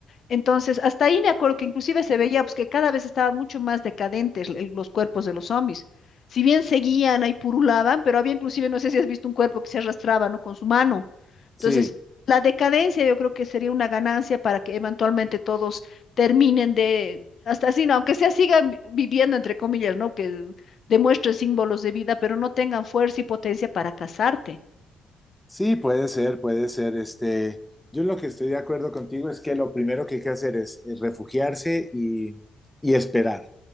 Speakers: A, on the left; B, in the centre.
A: entonces, hasta ahí me acuerdo que inclusive se veía pues, que cada vez estaban mucho más decadentes el- los cuerpos de los zombies. Si bien seguían ahí purulaban, pero había inclusive, no sé si has visto un cuerpo que se arrastraba, ¿no? Con su mano. Entonces,
B: Sí.
A: la decadencia yo creo que sería una ganancia para que eventualmente todos terminen de, hasta así, ¿no? Aunque sea sigan vi- viviendo, entre comillas, ¿no? Que demuestren símbolos de vida, pero no tengan fuerza y potencia para casarte.
B: Sí, puede ser, puede ser. Este, yo lo que estoy de acuerdo contigo es que lo primero que hay que hacer es, es refugiarse y, y esperar.